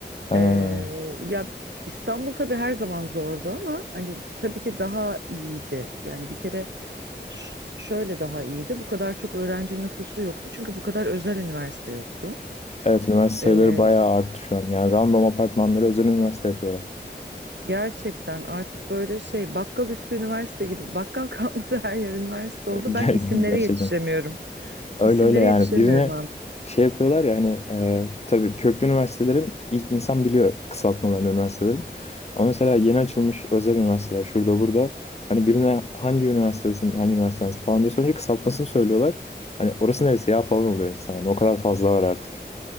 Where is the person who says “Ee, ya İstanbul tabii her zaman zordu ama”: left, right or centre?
Right